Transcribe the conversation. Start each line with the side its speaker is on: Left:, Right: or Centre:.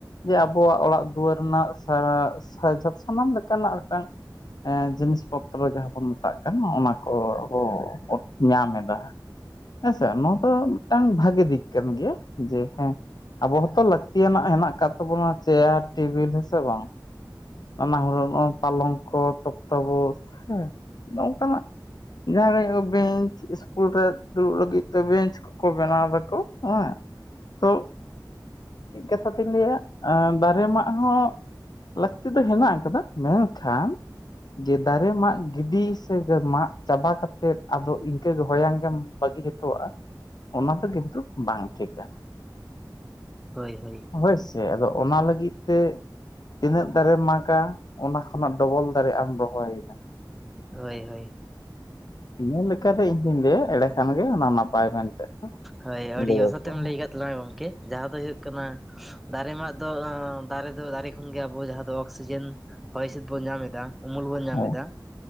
Left: ᱡᱮ ᱟᱵᱚᱣᱟᱜ ᱚᱲᱟᱜ ᱫᱩᱣᱟᱹᱨ ᱨᱮᱱᱟᱜ ᱥᱟᱲᱟ ᱥᱟᱱᱟᱢ ᱞᱮᱠᱟᱱᱟᱜ ᱢᱤᱫᱴᱟᱝ ᱮ ᱡᱤᱱᱤᱥ ᱯᱚᱛᱨᱚ ᱡᱟᱦᱟᱸ ᱵᱚᱱ ᱢᱮᱛᱟᱜ ᱠᱟᱱ ᱚᱱᱟ ᱠᱚ ᱠᱚ ᱧᱟᱢ ᱮᱫᱟ᱾ ᱦᱮᱸᱥᱮ ᱱᱚᱝᱠᱟ ᱢᱤᱫᱴᱟᱝ ᱵᱷᱟᱜᱮ ᱫᱤᱠ ᱠᱟᱱ ᱜᱮᱭᱟ ᱡᱮ ᱦᱮᱸ ᱟᱵᱚ ᱦᱚᱸᱛᱚ ᱞᱟᱹᱠᱛᱤᱭᱟᱱᱟᱜ ᱦᱮᱸᱱᱟᱜ ᱠᱟᱫ ᱛᱟᱵᱚᱱᱟ ᱪᱮᱭᱟᱨ ᱴᱮᱵᱤᱞ ᱦᱮᱸᱥᱮ ᱵᱟᱝ? ᱱᱟᱱᱟ ᱦᱩᱱᱟᱹᱨ ᱱᱚᱜᱼᱚᱭ ᱯᱟᱞᱚᱝᱠᱚ ᱛᱚᱠᱛᱟᱵᱳᱥ ᱦᱮᱸ ᱱᱚᱝᱠᱟᱱᱟᱜ ᱡᱟᱦᱟᱸ ᱞᱮᱠᱟ ᱵᱮᱧᱪ ᱤᱥᱠᱩᱞ ᱨᱮ ᱫᱩᱲᱩᱵ ᱞᱟᱹᱜᱤᱫ ᱛᱮ ᱵᱮᱧᱪ ᱠᱚ ᱵᱮᱱᱟᱣ ᱫᱟᱠᱚ ᱦᱮᱸ ᱛᱚ ᱢᱤᱫ ᱠᱟᱛᱷᱟ ᱛᱤᱧ ᱞᱟᱹᱭᱟ ᱟᱸ ᱫᱟᱨᱮ ᱢᱟᱜ ᱦᱚᱸ ᱞᱟᱹᱠ ᱛᱤ ᱫᱚ ᱦᱮᱸᱱᱟᱜ ᱠᱟᱫᱟ ᱢᱮᱱᱠᱷᱟᱱ ᱡᱮ ᱫᱟᱨᱮ ᱢᱟᱜ ᱜᱤᱰᱤ ᱥᱮ ᱢᱟᱜ ᱪᱟᱵᱟ ᱠᱟᱛᱮ ᱟᱫᱚ ᱤᱱᱠᱟᱹ ᱦᱚᱭᱟᱝ ᱜᱮᱢ ᱵᱟᱹᱜᱤ ᱦᱚᱴᱚᱣᱟᱜᱼᱟ ᱚᱱᱟ ᱫᱚ ᱠᱤᱱᱛᱩ ᱵᱟᱝ ᱴᱷᱤᱠᱟ᱾
Centre: ᱦᱳᱭ ᱦᱳᱭ᱾
Left: ᱦᱳᱭ ᱥᱮ ᱟᱫᱚ ᱚᱱᱟ ᱞᱟᱹᱜᱤᱫ ᱛᱮ ᱛᱤᱱᱟᱹᱜ ᱫᱟᱨᱮᱢ ᱢᱟᱜᱟ ᱚᱱᱟ ᱠᱷᱚᱱᱟᱜ ᱰᱚᱵᱚᱞ ᱫᱟᱨᱮ ᱟᱢ ᱨᱚᱦᱚᱭᱮᱫᱟ,
Centre: ᱦᱳᱭ ᱦᱳᱭ᱾
Left: ᱤᱱᱟᱹ ᱞᱮᱠᱟᱛᱮ ᱤᱧᱫᱩᱧ ᱞᱟᱹᱭᱟ ᱮᱸᱰᱮ ᱠᱷᱟᱱᱜᱮ ᱚᱱᱟ ᱱᱟᱯᱟᱭ ᱢᱮᱱᱛᱮ᱾
Centre: ᱦᱳᱭ ᱟᱹᱰᱤ
Left: ᱞᱟᱹᱭᱟᱠᱚᱜᱼᱟ
Centre: ᱡᱚᱛᱷᱟᱛᱮᱢ ᱞᱟᱹᱭ ᱠᱟᱫ ᱛᱟᱞᱟᱝᱟ ᱜᱚᱢᱠᱮ ᱡᱟᱦᱟᱸ ᱫᱚ ᱦᱩᱭᱩᱜ ᱠᱟᱱᱟ ᱫᱟᱨᱮ ᱢᱟᱜ ᱫᱚ ᱫᱟᱨᱮ ᱫᱚ ᱫᱟᱨᱮ ᱠᱷᱚᱱᱜᱮ ᱟᱵᱚ ᱡᱟᱦᱟᱸ ᱫᱚ ᱚᱠᱥᱤᱡᱮᱱ ᱦᱚᱭ ᱦᱤᱸᱥᱤᱫ ᱵᱚᱱ ᱧᱟᱢ ᱮᱫᱟ ᱩᱢᱩᱞ ᱵᱚᱱ ᱧᱟᱢ
Left: ᱦᱳᱭ
Centre: ᱮᱫᱟ